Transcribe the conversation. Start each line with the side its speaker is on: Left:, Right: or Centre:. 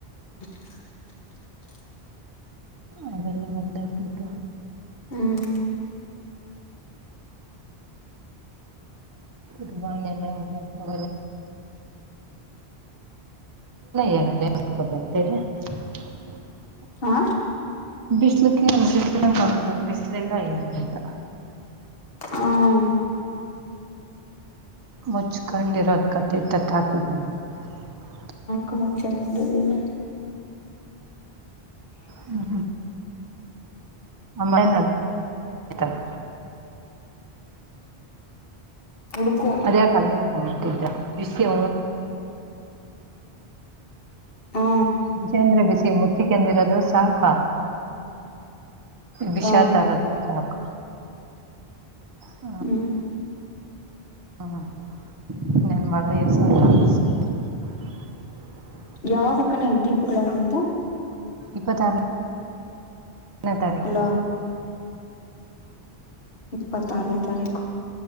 Left: <inaudible>
Right: ಅವಲೇಬಲ್ದೆ ಫೋಟೋ
Left: ಹ್ಮ್
Right: ಇ ಬ ಅಬಮ <unintelligible> <unintelligible>
Left: ಹಾ
Right: ಬಿಸಿಲುಕ್ಕೆ ಬಿಸ್ಲಂಗ್ ಕಾಣ್ತದ. ಬಿಸ್ಲಿಲ್ಲ ಏನಿಲ್ಲ.
Left: ಆ ಹ್ಮ್
Right: ಮುಚ್ಕೊಂಡಿರೋದ್ ಕತೆ <unintelligible>
Left: <unintelligible>
Right: ಹ್ಮ್ ಹ್ಮ್ <unintelligible>
Left: ಹುಡುಕು
Right: ಅದೇ <unintelligible>
Left: ಹಾ
Right: ವಿಜೇಂದ್ರ ಬಿಸಿ ಮುಚ್ಚಿಕಂದಿರದು ಸಾಕ? ವಿಷಾ
Left: ಹಾ
Right: ತರದು ಸಾಕು. ಹಾ
Left: ಹ್ಮ್
Right: <unintelligible>
Left: ಯಾವಾಗಕಣ ದೀಪಗಳ <unintelligible>
Right: ಇಪ್ಪತಾರು ಹತ್ನೆ ತಾರೀಖು.
Left: ಅಲ್ಲ ಇಪ್ಪತ್ತಾರ್ನೆ ತಾರೀಖು